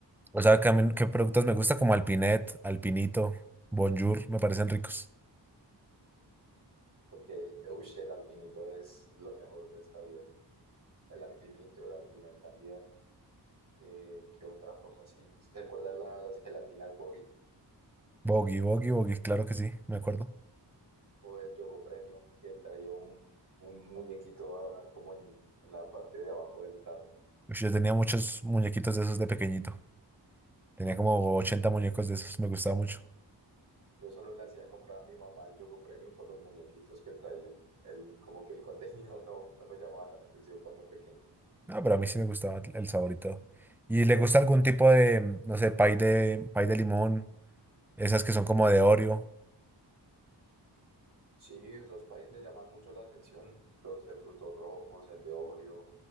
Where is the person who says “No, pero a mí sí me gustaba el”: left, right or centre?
Centre